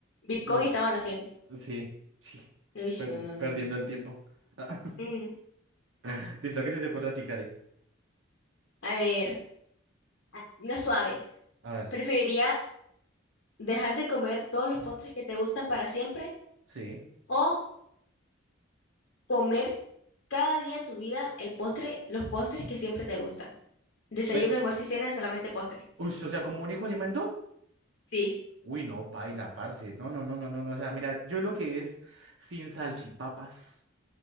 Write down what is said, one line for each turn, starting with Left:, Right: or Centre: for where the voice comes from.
Left: Bitcoin
Right: No,
Left: estaba naciendo.
Right: sí, sí,
Left: Uy,
Right: perdi-
Left: no, no, no.
Right: perdiendo el tiempo. Ah,
Left: Mm,
Right: <laughs> Listo, ¿qué se te ocurre a ti, Cari?
Left: a ver, ah, una suave.
Right: A ver,
Left: ¿Preferirías dejar de comer todos los postres que te gustan para siempre
Right: sí.
Left: o comer cada día de tu vida el postre, los postres que siempre te gustan? Desayuno,
Right: Pe-
Left: almuerzo y cena, solamente postre.
Right: Uy, o sea, ¿como único alimento?
Left: Sí,
Right: Uy, no, paila, parce. No, no, no, no, no, no. O sea, mira, yo lo que es sin salchipapas,